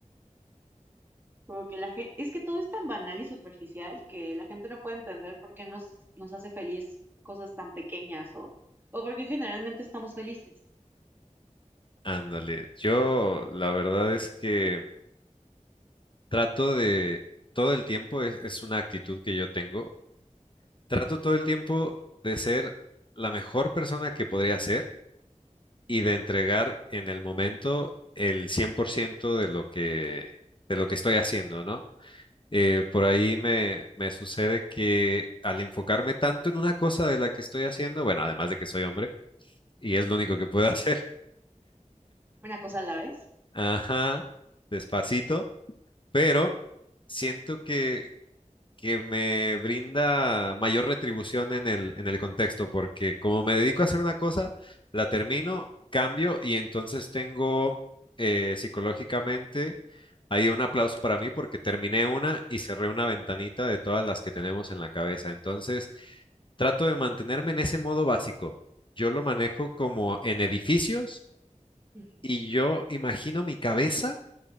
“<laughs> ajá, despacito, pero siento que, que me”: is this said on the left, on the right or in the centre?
Left